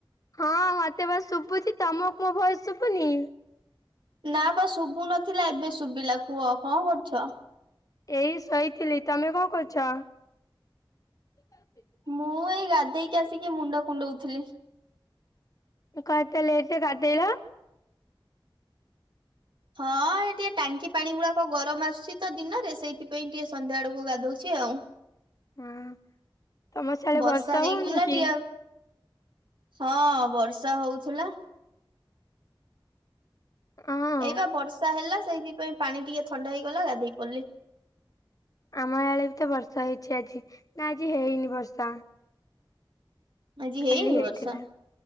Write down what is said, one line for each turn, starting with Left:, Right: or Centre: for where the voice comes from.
Left: ହଁ ମତେ ପା ଶୁଭୁଚି ତମକୁ ମୋ ଭୟେସ ଶୁଭୁନି।
Right: ନା ପା ଶୁଭୁ ନଥିଲା ଏବେ ଶୁଭିଲା କୁହ କଣ କରୁଛ?
Left: ଏଇ ଶୋଇଥିଲି ତମେ କଣ କରୁଛ? <unintelligible>
Right: ମୁଁ ଏଇ ଗାଧେଇକି ଆସିକି ମୁଣ୍ଡ କୁଣ୍ଡଉଥିଲି।
Left: କଣ ଏତେ ଲେଟରେ ଗାଧେଇଲ?
Right: ହଁ ଏ ଟିକେ ଟାଙ୍କି ପାଣି ଗୁଡାକ ଗରମ ଆସୁଛି ତ ଦିନରେ ସେଇଥିପାଇଁ ଟିକେ ସନ୍ଧ୍ୟା ଆଡକୁ ଗାଧୋଉଛି ଆଉ।
Left: ହଁ ତମ ସିଆଡେ
Right: ବର୍ଷା ହେଇଗଲା
Left: ହଉନି କି?
Right: ଟିକେଆଉ ହଁ ବର୍ଷା ହୋଉଥିଲା।
Left: ହଁ
Right: ଏଇ ପା ବର୍ଷା ହେଲା ସେଇଥିପାଇଁ ପାଣି ଟିକେ ଥଣ୍ଡା ହେଇଗଲା ଗାଧେଇ ପଡିଲି।
Left: ଆମ ଆଡେ ବି ତ ବର୍ଷା ହେଇଛି ଆଜି ନା ଆଜି ହେଇନି ବର୍ଷା।
Right: ଆଜି ହେଇନି
Left: କାଲି ହେଇଥିଲା।
Right: ବର୍ଷା?